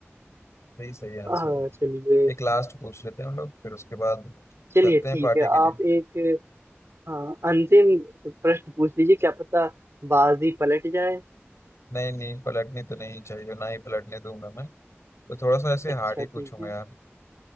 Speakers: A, on the left; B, on the right.
A: यही सही आंसर
B: हाँ
A: है
B: चलिए
A: एक लास्ट पूछ लेते हैं हम लोग फिर उसके बाद
B: चलिए
A: चलते हैं
B: ठीक
A: पार्टी
B: है
A: के
B: आप
A: लिए
B: एक हाँ अंतिम प्रश्न पूछ लीजिए क्या पता बाजी पलट जाए
A: नहीं नहीं पलटनी तो नहीं चाहिए ना ही पलटने दूंगा मैं तो थोड़ा सा ऐसे
B: अच्छा
A: हार्ड ही
B: ठीक
A: पूछूंगा
B: है
A: यार